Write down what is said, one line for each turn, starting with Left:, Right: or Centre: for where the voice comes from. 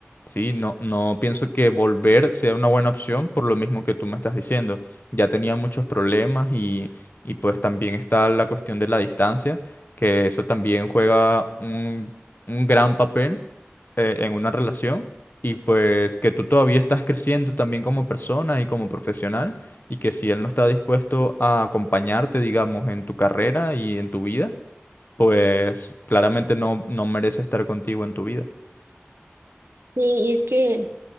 Left: Sí, no, no pienso que volver sea una buena opción por lo mismo que tú me estás diciendo. Ya tenía muchos problemas y, y pues también está la cuestión de la distancia, que eso también juega un, un gran papel eh, en una relación y pues que tú todavía estás creciendo también como persona y como profesional y que si él no está dispuesto a acompañarte, digamos, en tu carrera y en tu vida, pues claramente no, no merece estar contigo en tu vida.
Right: sí es que,